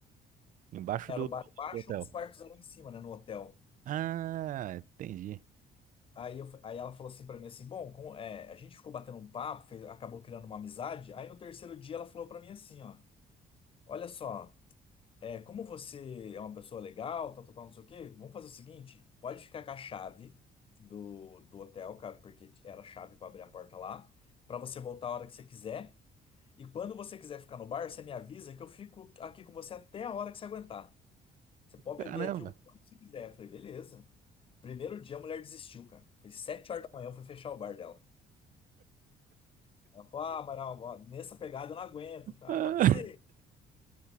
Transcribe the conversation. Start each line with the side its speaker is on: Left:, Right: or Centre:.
Right: Embaixo
Left: era
Right: do,
Left: o bar embaixo,
Right: do hotel.
Left: os quartos eram em cima, né? No hotel.
Right: Ah, entendi.
Left: Aí, eu, aí ela falou assim pra mim assim, bom, como- é, a gente ficou batendo um papo, fez- acabou criando uma amizade. Aí no terceiro dia ela falou pra mim assim, ó, olha só. É, como você é uma pessoa legal, tal, tal, tal, não sei o quê, vamos fazer o seguinte: pode ficar com a chave do, do hotel, ca- porque era a chave para abrir a porta lá, para você voltar a hora que você quiser. E quando você quiser ficar no bar, você me avisa que eu fico aqui com você até a hora que você aguentar. Você pode
Right: Caramba.
Left: beber aqui o quanto você quiser. Eu falei, beleza. Primeiro dia a mulher desistiu, cara. Foi sete horas da manhã, eu fui fechar o bar dela. Ela falou, ah, Amaral, ó, nessa pegada eu não aguento. Eu falei,
Right: Ah,
Left: ah, eu avisei.